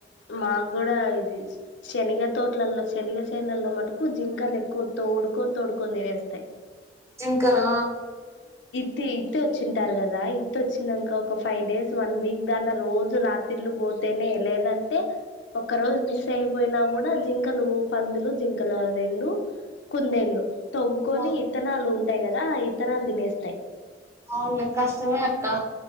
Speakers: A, on the left; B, on the right.
A: మాకు కూడా ఇది శనిగ తోట్లలో శనగ శేనల్లో మటుకు జింకాను ఎక్కువ తోడుకొని తోడుకొని తినేస్తాయి
B: జెనకాల
A: ఇత్ ఇత్ వచ్చింటారు కదా ఇత్ వచ్చినాక ఒక ఫైవ్ డేస్ వన్ వీక్ దాన్ని రోజు రాత్రిళ్లు పో అంతేనే ఎ లేద అంత టే ఒక్క రోజు మిస్ అయిపోయినా కూడా జింకలు పందులు జింకలు రెండు కుందేళ్లు తవ్వుకొని
B: ఆ
A: విత్తనాలు ఉంటాయి కదా ఆ విత్తనాలు తినేస్తాయి
B: అవునులే కష్టమే అక్కా